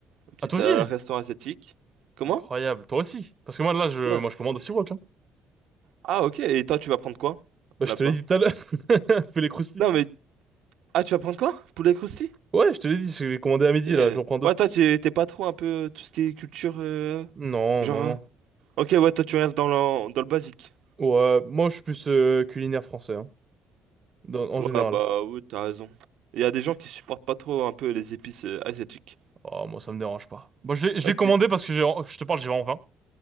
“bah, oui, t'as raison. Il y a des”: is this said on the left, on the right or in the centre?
Right